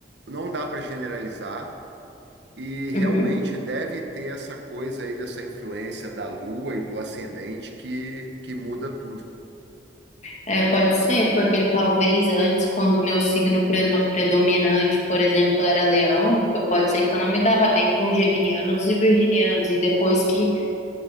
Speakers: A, on the right; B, on the left.
A: não dá para generalizar E realmente
B: uhum.
A: deve ter essa coisa aí dessa influência da lua e do ascendente que, que muda tudo.
B: É, pode ser, porque talvez antes, quando o meu signo preno- predominante, por exemplo, era leão, p- pode ser que eu não me dava bem com geminianos e virginianos, e depois que